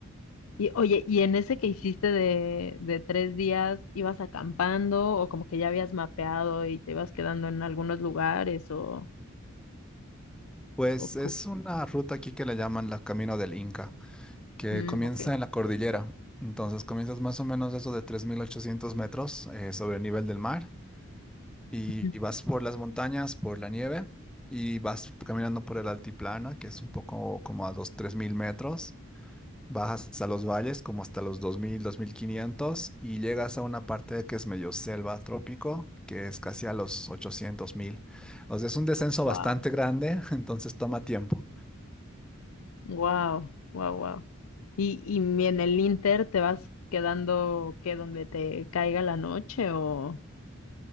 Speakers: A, on the left; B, in the centre.
A: Y oye, ¿y en ese que hiciste de, de tres días, ibas acampando o como que ya habías mapeado y te ibas quedando en algunos lugares o...
B: Pues
A: o... co-
B: es una ruta aquí que le llaman la Camino del Inca. que
A: Mm,
B: comienza
A: ok.
B: en la cordillera. Entonces comienzas más o menos eso de 3.800 metros eh, sobre el nivel del mar y,
A: Ujú.
B: y vas por las montañas, por la nieve y vas caminando por el altiplano, que es un poco como a los 3.000 metros. Bajas hasta los valles, como hasta los 2.000, 2.500 y llegas a una parte que es medio selva trópico, que es casi a los 800.000. O sea, es un descenso
A: Wow.
B: bastante grande, <laughs> entonces toma tiempo.
A: Wow, wow, wow. Y, y mi- en el Inter te vas quedando que donde te caiga la noche o,